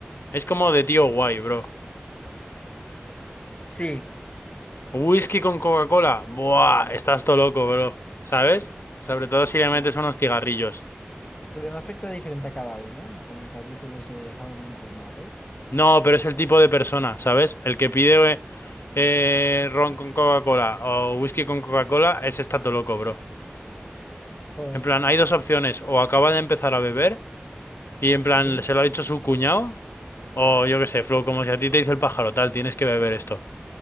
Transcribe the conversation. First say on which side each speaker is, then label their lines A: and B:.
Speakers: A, on the left (about 80°); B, on the left (about 30°).
A: Es como de tío guay, bro.
B: Sí.
A: Whisky con Coca-Cola. Buah, estás todo loco, bro. ¿Sabes? Sobre todo si le
B: Sí.
A: metes unos cigarrillos.
B: Pero no afecta diferente a cada uno. Con el capítulo ese de How I Met Your Mother.
A: No, pero es el tipo
B: Sí.
A: de persona, ¿sabes? El que pide eh, eh, ron con Coca-Cola o whisky con Coca-Cola, ese está todo loco, bro.
B: Joder.
A: En plan, hay dos opciones. O acaba de empezar a beber y en plan,
B: Sí.
A: se lo ha dicho su cuñado. O yo qué sé, Flo, como si a ti te dice el pájaro, tal, tienes que beber esto.